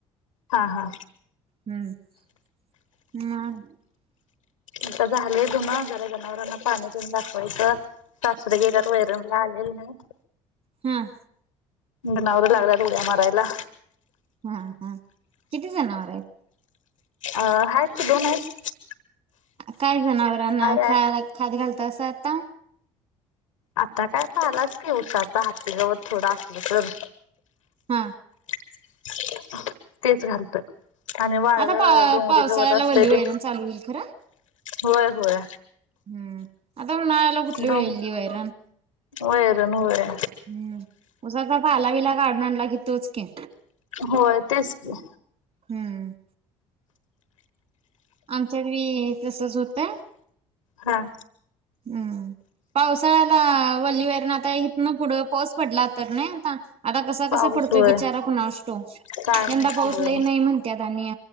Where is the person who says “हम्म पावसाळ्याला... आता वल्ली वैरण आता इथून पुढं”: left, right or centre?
Right